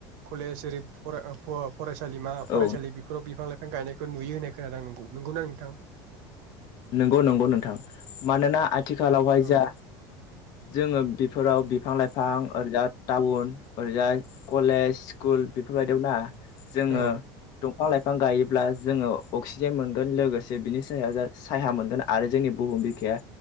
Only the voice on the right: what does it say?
कलेज ओरै फराय ओ फ-फरायसालिमा फरायसालि
बेफोराव बिफां लाइ गायनायखौ नुयो होननाय खोनादों नों नंगौना नोंथां?
औ
औ